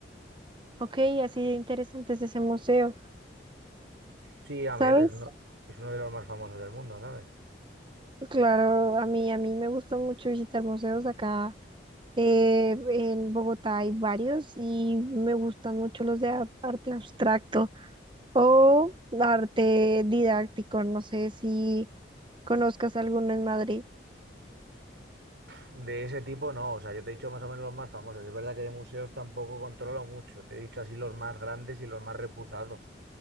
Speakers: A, on the right; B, on the right.
A: ok, así de interesante es ese museo,
B: Sí, a
A: ¿sabes?
B: ver, es uno, es uno de los más famosos del mundo, ¿sabes?
A: Claro, a mí, a mí me gusta mucho visitar museos acá. Eh, en Bogotá hay varios y me gustan mucho los de a- arte abstracto o arte didáctico. No sé si conozcas alguno en Madrid.
B: De ese tipo no, o sea, yo te he dicho más o menos los más famosos. Es verdad que de museos tampoco controlo mucho, te he dicho así los más grandes y los más reputados.